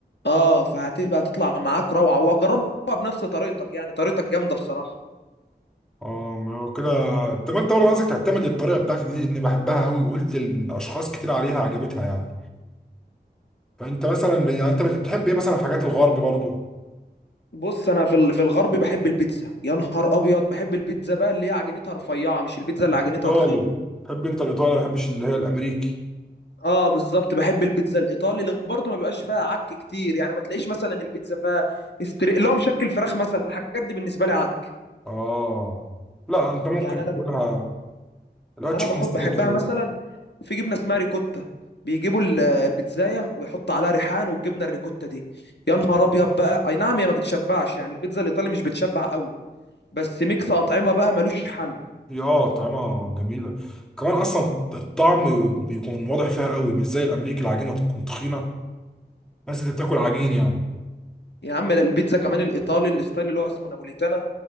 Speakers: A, on the left (about 75°); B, in the centre.
A: اه فهتبقى تطلع معاك روعه وجربها بنفس طريقتك يعني طريقتك جامده بصراحه
B: اه ما هو كده طب انت برضه عايزك تعتمد الطريقه بتاعتي دي اني بحبها قوي وقلت الاشخاص كتير عليها عجبتها يعني فانت مثلا ب- يعني انت بتحب ايه مثلا في حاجات الغرب برضه
A: بص انا في ال- في الغرب بحب البيتزا يا نهار ابيض بحب البيتزا بقى اللي هي عجينتها رفيعه مش البيتزا اللي عجينتها
B: ايطالي
A: تخينه
B: تحب انت الايطالي ما بحبش اللي هي الامريكي
A: اه بالظبط بحب البيتزا الايطالي اللي برضه ما بيبقاش فيها عك كتير يعني ما تلاقيش مثلا البيتزا فيها استري... اللي هو مشكل فراخ مثلا الحاجات دي بالنسبه لي عك
B: اه لا انت ممكن
A: يعني انا ب...
B: تقولها اللي هو تشيكن
A: انا بحب
B: ستريبس
A: بحبها
B: ده.
A: مثلا في جبنه اسمها ريكوتا بيجيبوا ال- البيتزايه ويحطوا عليها ريحان والجبنه الريكوتا دي يا نهار ابيض بقى اي نعم هي ما بتشبعش يعني البيتزا الايطالي مش بتشبع قوي بس ميكس اطعمه بقى ملوش حل
B: هي اه طعمها جميله كمان اصلا الطعم بيكون واضح فيها قوي مش زي الامريكي العجينه تكون تخينه بس انت بتاكل عجين يعني
A: يا عم البيتزا كمان الايطالي الستايل اللي هو اسمه نابوليتانا